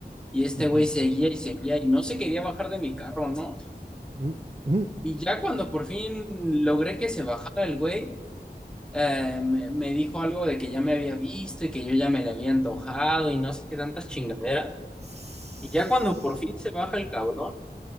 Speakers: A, in the centre; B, on the right (about 40°).
A: y este
B: Ujú.
A: güey seguía y seguía y no se quería bajar de mi carro, ¿no?
B: Mm, mm,
A: Y ya cuando por fin logré que se bajara el güey, eh, me, me dijo algo de que ya me había visto y que yo ya me le había antojado y no sé qué tantas chingaderas.
B: tss.
A: Y ya cuando por fin se baja el cabrón,